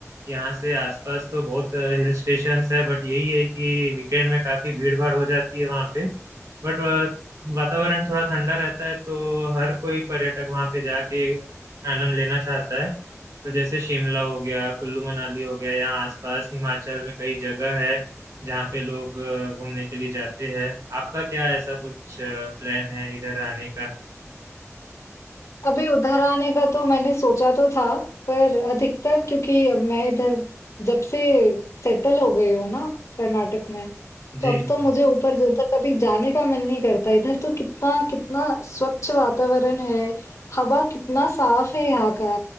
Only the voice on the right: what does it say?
यहाँ से आसपास तो बहुत हिल स्टेशंस है बट यही है कि वीकेंड में काफी भीड़ भाड़ हो जाती है वहाँ पे बट वातावरण थोड़ा ठंडा रहता है तो हर कोई पर्यटक वहाँ पे जाके आनंद लेना चाहता है तो जैसे शिमला हो गया कुल्लू मनाली हो गया यहाँ आसपास हिमाचल में कई जगह है जहाँ पे लोग अ, घूमने के लिए जाते हैं आपका क्या ऐसा कुछ प्लान है इधर आने का
जी
जी